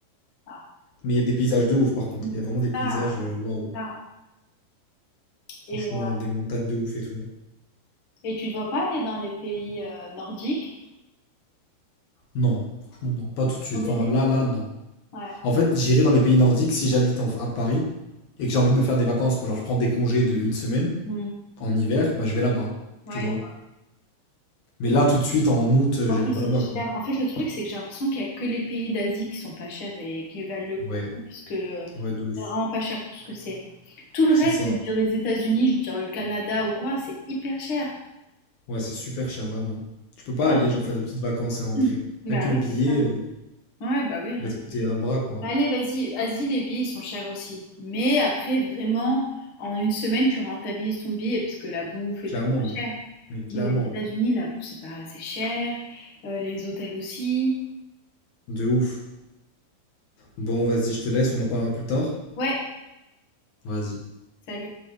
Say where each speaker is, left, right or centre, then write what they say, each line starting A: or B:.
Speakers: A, on the left; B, on the left.
A: Ah.
B: Mais il y a des paysages de ouf, par contre.
A: Mais
B: Il y a
A: c'est
B: vraiment des paysages,
A: ça,
B: euh, waouh.
A: c'est ça.
B: Franchement,
A: Et, euh,
B: des montagnes de ouf et tout.
A: et tu dois pas aller dans les pays euh, nordiques,
B: Non, franchement, non. Pas tout de suite.
A: ton délire?
B: Enfin, là, là, non.
A: Ouais.
B: En fait, j'irai dans les pays nordiques si j'habite en- à Paris et que j'ai envie de me faire des vacances. Genre, je prends des congés de une semaine.
A: Mm.
B: en hiver, bah, je vais là-bas,
A: Ouais,
B: tu vois.
A: je vois.
B: Mais là, tout de suite, en août, euh,
A: en
B: j'irai
A: fait,
B: pas
A: c'est
B: là-bas,
A: cher.
B: quoi.
A: En fait, le truc, c'est que j'ai l'impression qu'il y a que les pays d'Asie qui sont pas chers et qui valent le
B: Ouais,
A: coup, parce que
B: ouais, de ouf.
A: c'est vraiment pas cher pour ce que c'est. Tout le
B: C'est
A: reste,
B: ça.
A: je veux dire les États-Unis, je veux dire le Canada ou quoi, c'est hyper cher.
B: Ouais, c'est super cher, vraiment. Tu peux pas
A: Ah,
B: aller, genre, faire des petites vacances
A: <clears throat>
B: et rentrer.
A: Bah
B: Avec le
A: oui,
B: billet,
A: c'est
B: euh,
A: Ouais, bah oui, rien
B: il va te
A: que
B: coûter
A: le bio.
B: un bras, quoi.
A: Bah allez, vas-y, vas-y, les billets, ils sont chers aussi. Mais après, vraiment, en une semaine, tu rentabilises ton billet, parce que la bouffe et
B: Clairement.
A: tout, c'est pas
B: hein.
A: cher.
B: Mais clairement.
A: Mais les États-Unis, la bouffe, c'est pas assez cher. euh, les hôtels aussi.
B: De ouf. Bon, vas-y, je te laisse, on en parlera plus tard.
A: Ouais,
B: Vas-y.
A: salut.